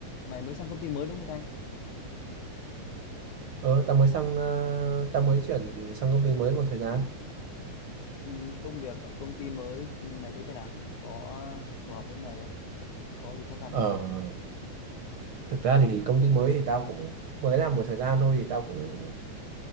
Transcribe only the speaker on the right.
Ờ, tao mới sang ờ, tao mới chuyển sang công ty mới một thời gian.
Ờ,
thực ra thì công ty mới thì tao cũng mới làm một thời gian thôi thì tao cũng